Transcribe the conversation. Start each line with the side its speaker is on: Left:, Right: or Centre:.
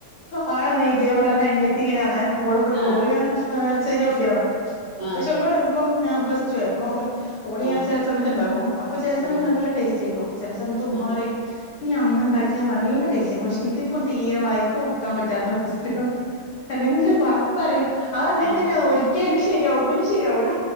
Left: ആന്ന്‌ ഇതേപോലെ തന്നെ അനിയത്തി ഇങ്ങനെയാന്നെ ഓള്
Right: ആഹ്
Left: ഓളിങ്ങനെ ഏ ചെറിയ കുട്ടിയാണ്
Right: ആഹ്
Left: <unintelligible> പ്പം ഞാൻ പ്ലസ്ടു ആയപ്പോ ഓള് ഓളിയാരിച്ചാൽ
Right: ആഹ്
Left: ചില സമയത്തുണ്ടാക്കും അപ്പോ ചെല സമയത്ത്
Right: ആഹ്
Left: നല്ല ടേസ്റ്റാ ചെല സമയത്ത് ഉമ്മ
Right: ആഹ്
Left: പറയും നി അന്നുണ്ടാക്കിയ നല്ല ടേസ്റ്റേയ്നു പക്ഷെ ഇതിപ്പം തീരെ വായി ക്ക് ഓർക്കാൻ പറ്റ് റ്റാത്ത അവസ്ഥയാണ് എന്തെങ്കിലും പറാന്ന് റയും ആ അങ്ങനെത്തന്നെണ്
Right: ആഹ്
Left: ഒരിക്ക് കേൽ ശെരിയാവും പിന്നെ ശെരിയാവൂല